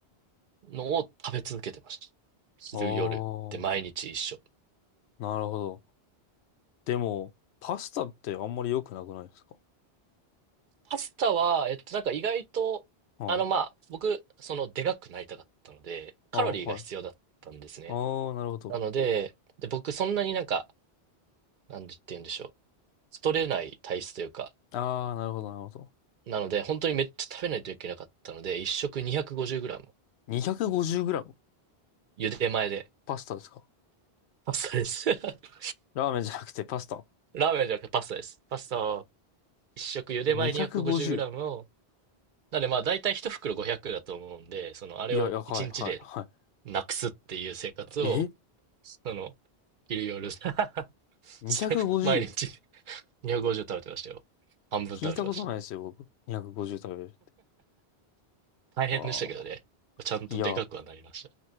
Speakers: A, on the right; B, on the left.
A: のを食べ続けてました。昼夜で毎日一緒。
B: あー、なるほど。でも、パスタってあんまり良くなくないですか
A: パスタは、えっと、なんか意外と、
B: はい。
A: あの、まあ、僕、その、でかくなりたかったので、カロリーが必要だったんですね。
B: あー、はい。あー、なるほど。
A: なので、で、僕、そんなになんか、なんて言うんでしょう。太れない体質というか、
B: あー、なるほど、なるほど。
A: なので、本当にめっちゃ食べないといけなかったので、一食 250g。
B: 250g?
A: 茹で前で。
B: パスタですか
A: パスタです。<laughs>
B: ラーメンじゃなくてパスタ
A: ラーメンじゃなくてパスタです。パスタを一食茹で前
B: ?250?
A: 250g を、なのでまあ大体一袋500だと思うんで、そのあれを一日で
B: いや、いや、はい、はい、は
A: なくすっていう生活を、
B: い。え
A: その、昼夜 <laughs>
B: ?250?
A: 毎日250食べてましたよ。半分食べてました。
B: 聞いたことないですよ、僕。250食べるって。
A: 大変でしたけどね。
B: ああ。
A: ちゃんとでかくはなりました。
B: いや、